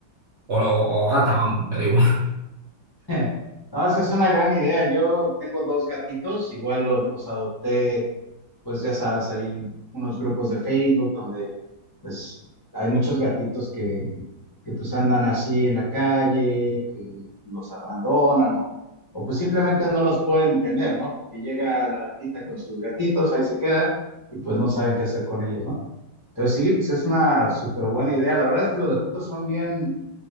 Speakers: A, on the right; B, on the left.
A: o, o o gata,
B: Ah,
A: vamos, me da igual.
B: <laughs> No, esa es una gran idea. Yo tengo dos gatitos, igual lo- los adopté, pues ya sabes, ahí en unos grupos de Facebook donde pues hay muchos gatitos que que pues andan así en la calle, que los abandonan o, o pues simplemente no los pueden tener, ¿no? Porque llega la gatita con sus gatitos, ahí se queda y pues no saben qué hacer con ellos, ¿no? Entonces sí, pues es una súper buena idea. La verdad es que los gatitos son bien,